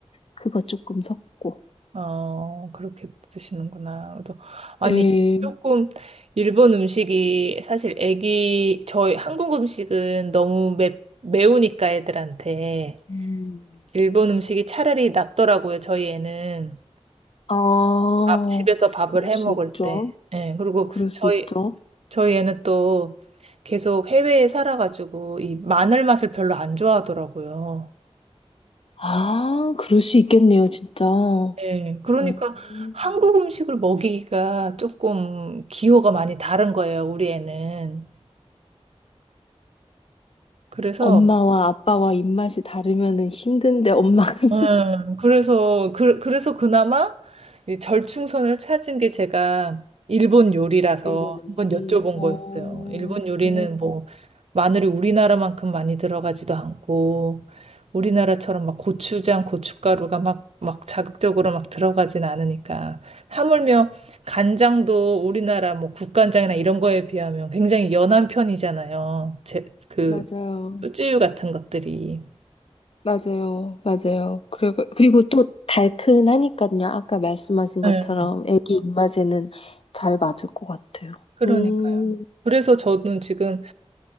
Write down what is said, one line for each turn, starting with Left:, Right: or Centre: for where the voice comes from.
Left: 그거 조금 섞고.
Right: 어, 그렇게 드시는구나. 그래서 아니,
Left: 예.
Right: 네. 조금 일본 음식이 사실 애기, 저희 한국 음식은 너무 매, 매우니까 애들한테
Left: 음.
Right: 일본 음식이 차라리 낫더라고요, 저희 애는.
Left: 아,
Right: 밥, 집에서 밥을
Left: 그럴
Right: 해
Left: 수
Right: 먹을
Left: 있죠.
Right: 때. 예, 그리고
Left: 그럴 수
Right: 저희,
Left: 있죠.
Right: 저희 애는 또 계속 해외에 살아가지고 이 마늘 맛을 별로 안 좋아하더라고요.
Left: 아, 그럴 수 있겠네요, 진짜. 어.
Right: 예, 그러니까
Left: 음.
Right: 한국 음식을 먹이기가 조금 기호가 많이 다른 거예요, 우리 애는. 그래서
Left: 엄마와 아빠와 입맛이 다르면은 힘든데 엄마가
Right: 예, 그래서 그, 그래서 그나마 이 절충선을 찾은 게 제가 일본 요리라서
Left: 일본 음식.
Right: 한번 여쭤본
Left: 어,
Right: 거였어요. 일본 요리는
Left: 어,
Right: 뭐 마늘이 우리나라만큼 많이 들어가지도 않고 우리나라처럼 막 고추장, 고춧가루가 막 막 자극적으로 막 들어가진 않으니까 하물며 간장도 우리나라 뭐 국간장이나 이런 거에 비하면 굉장히 연한 편이잖아요. 제, 그
Left: 맞아요.
Right: 쭈쭈유 같은 것들이.
Left: 맞아요. 맞아요. 그리고, 그리고 또 달큰하니까요. 아까 말씀하신 것처럼
Right: 예.
Left: 애기 입맛에는 잘 맞을 것 같아요.
Right: 그러니까요.
Left: 음,
Right: 그래서 저는 지금